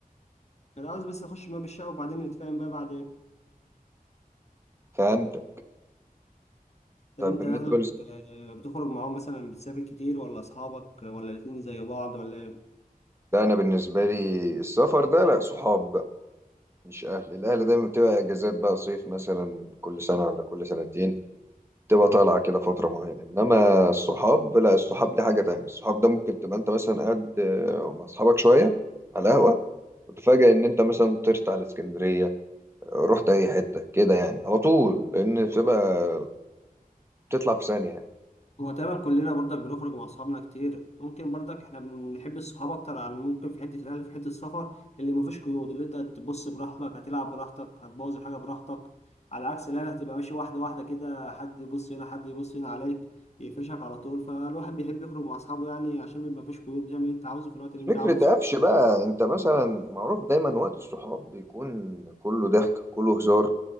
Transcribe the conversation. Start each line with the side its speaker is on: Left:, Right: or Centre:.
Left: انا عاوز بس اخش باب الشقه وبعدين نتفاهم بقى بعد
Right: فهمتك
Left: طب
Right: طب
Left: انت
Right: بالنسبه
Left: اهلك
Right: لي
Left: آه، بتخرج معاهم مثلا بتسافر كتير ولا اصحابك ولا الاتنين زي بعض ولا إيه؟
Right: ده انا بالنسبه لي السفر ده لا صحاب بقى مش اهل الاهل دايما بتبقى اجازات بقى صيف مثلا كل سنه ولا كل سنتين تبقى طالعة كده فترة معينة إنما الصحاب لا الصحاب دي حاجة تانية الصحاب ده ممكن تبقى أنت مثلا قاعد آه، مع أصحابك شوية على القهوة وتفاجأ إن أنت مثلا طرت على اسكندرية آه، رحت أي حتة كده يعني على طول لأن بتبقى بتطلع في ثانية يعني
Left: هو تقريبا كلنا برضك بنخرج مع اصحابنا كتير ممكن برضك احنا بنحب الصحاب اكتر عن ممكن في حته الاهل في حته السفر اللي مفيش قيود اللي انت تبص براحتك هتلعب براحتك هتبوظ الحاجه براحتك على عكس الاهل هتبقى ماشي واحده واحده كده حد يبص هنا حد يبص هنا عليك يقفشك على طول فالواحد بيحب يخرج مع اصحابه يعني عشان بيبقى مفيش قيود بتعمل اللي انت عاوزه في الوقت اللي انت
Right: فكرة
Left: عاوزه
Right: قفش بقى أنت مثلا معروف دايما وقت الصحاب بيكون كله ضحك كله هزار